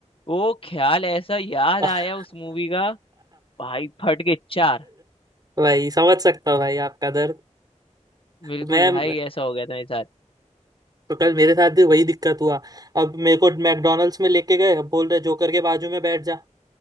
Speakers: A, on the left (about 45°); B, on the right (about 30°).
A: वो ख्याल ऐसा याद
B: <laughs>
A: आया उस मूवी का भाई फट के चार
B: भाई समझ सकता हूँ भाई आपका दर्द
A: बिल्कुल
B: मैं
A: भाई ऐसा हो गया था मेरे साथ
B: तो कल मेरे साथ भी वही दिक्कत हुआ अब मेरे को मैकडोनल्ड्स में लेके गए अब बोल रहे जोकर के बाजू में बैठ जा